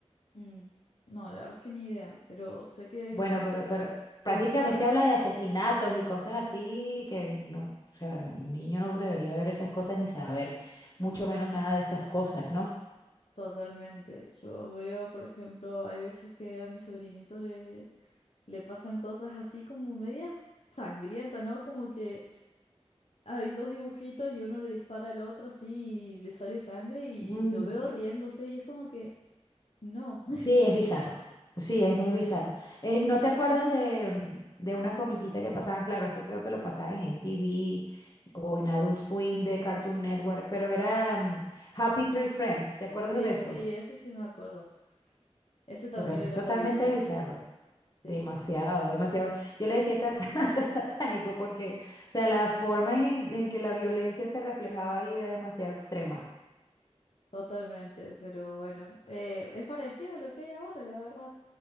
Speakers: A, on the left; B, on the left.
A: Mm, No, la verdad es que ni idea, pero sé que
B: Bueno,
A: es-
B: pero, pero
A: son
B: prácticamente
A: bizarros.
B: habla de asesinatos y cosas así que no, o sea, no, un niño no debería ver esas cosas ni saber mucho menos nada de esas cosas, ¿no?
A: Totalmente. Yo veo, por ejemplo, hay veces que a mi sobrinito le, le pasan cosas así como medias sangrientas, ¿no? Como que hay dos dibujitos y uno le dispara al otro así y le sale sangre y,
B: Mm.
A: y lo veo riéndose y es como que no. <laughs>
B: Sí, es bizarro. Sí, es muy bizarro. Eh, ¿no te acuerdas de, mm, de una comiquita que pasaban? Claro, esto creo que lo pasaban en TV o en Adult Swim de Cartoon Network, pero era mm, Happy Tree Friends. ¿Te acuerdas
A: Sí,
B: de eso?
A: sí, ese sí me acuerdo. Ese también
B: Pero eso
A: era
B: es totalmente
A: muy bizarro.
B: bizarro. Demasiado,
A: Sí, sí,
B: demasiado. Yo le decía hasta, sa- <laughs> hasta satánico porque, o sea, la forma en, en que la violencia se reflejaba ahí era demasiado extrema.
A: totalmente. Pero bueno, eh, es parecido a lo que hay ahora, la verdad.